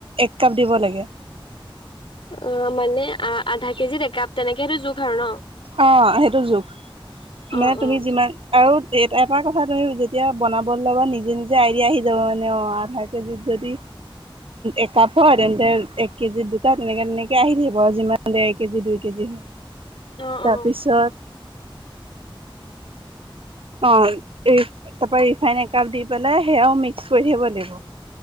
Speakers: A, on the right; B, on the left.
A: এক কাপ দিব লাগে।
B: অ'! মানে, আধা কেজিত একাপ তেনেকে। সেইটো জোখ আৰু ন?
A: অ'! সেইটো জোখ।
B: অ',
A: মানে,
B: অ',
A: তুমি যিমান আৰু এটা কথা তুমি, যেতিয়া বনাব ল'বা নিজে, নিজে আইডিয়া আহি যাব মানে। অ'! আধা কেজিত যদি একাপ হয়। তেন্তে, এক কেজি দুটা, তেনেকে, তেনেকে আহি থাকিব। যিমান দেৰ কেজি, দুই কেজি হয়।
B: অ', অ',
A: তাৰপিছত অ'! এই তাৰপৰা ৰিফাইন এক কাপ দি পেলাই, সেয়াও মিক্স কৰি থাকিব লাগিব।